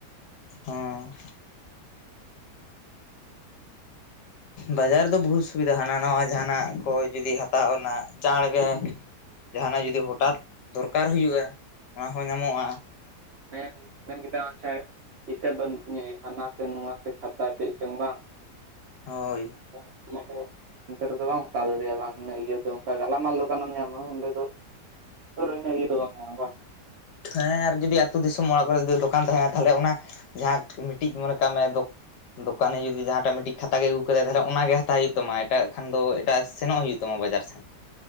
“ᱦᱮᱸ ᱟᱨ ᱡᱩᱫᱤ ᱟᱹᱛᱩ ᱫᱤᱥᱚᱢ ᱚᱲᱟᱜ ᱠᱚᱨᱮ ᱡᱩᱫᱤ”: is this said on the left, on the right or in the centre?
Left